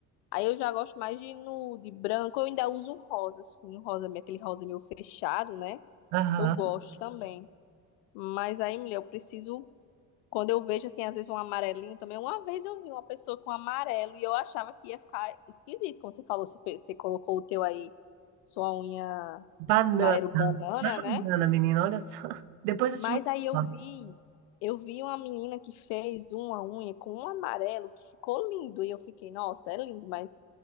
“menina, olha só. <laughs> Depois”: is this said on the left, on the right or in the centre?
Right